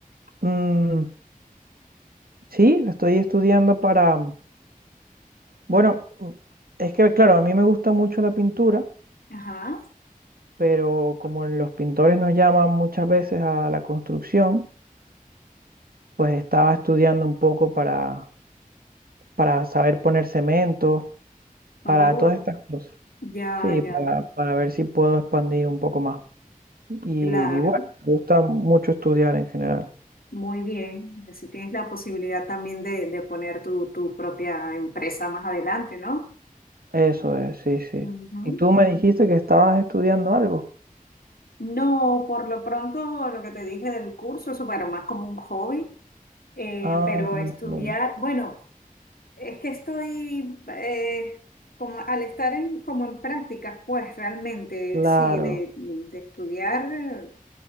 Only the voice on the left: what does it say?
Ajá.
Oh,
ya,
ya,
claro.
Muy bien, y así tienes la posibilidad también de, de poner tu, tu propia empresa más adelante, ¿no?
Ujú.
No, por lo pronto lo que te dije del curso, eso bueno, más como un hobby, eh,
pero
estudiar,
bueno, es que estoy eh, como al estar en, como en prácticas, pues realmente
sí, de, de estudiar, eh,